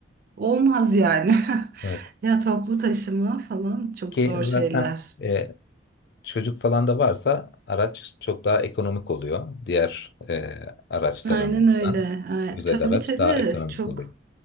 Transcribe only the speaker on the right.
olmaz yani. <laughs>
Ya toplu taşıma falan çok
zor
şeyler.
Aynen öyle. Ay,
tabii
tabii
çok.